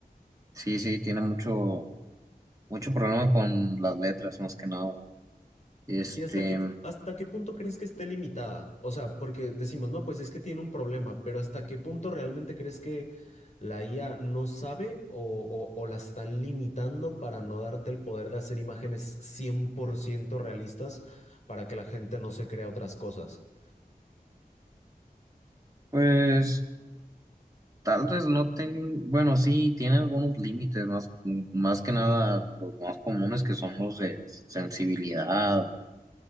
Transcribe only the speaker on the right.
sí, sí, tiene mucho, mucho problema con las letras más que nada. Este,
pues. Tal vez no ten, bueno, sí, tiene algunos límites, más, más que nada los más comunes que son los de sensibilidad,